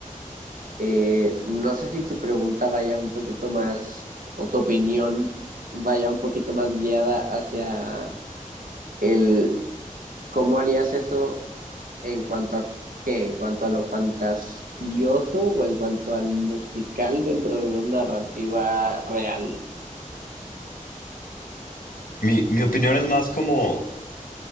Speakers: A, on the right (about 80°); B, on the left (about 85°).
A: Eh, no sé si tu pregunta vaya un poquito más, o tu opinión vaya un poquito más guiada hacia el, ¿Cómo harías eso en cuanto a qué? ¿En cuanto a lo fantasioso o en cuanto al musical dentro de una narrativa real?
B: Mi, mi opinión es más como